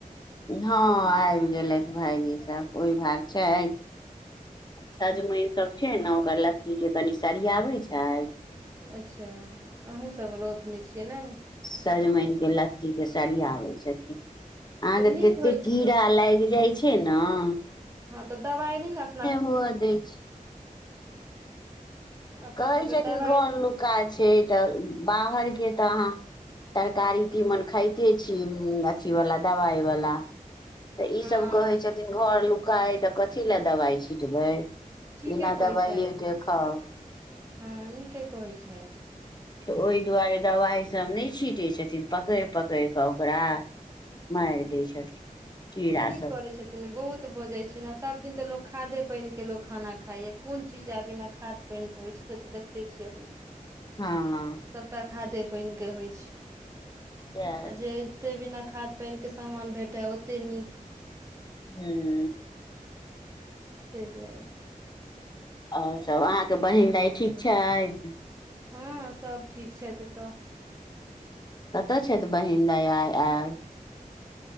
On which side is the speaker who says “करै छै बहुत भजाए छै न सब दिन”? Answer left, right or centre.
Right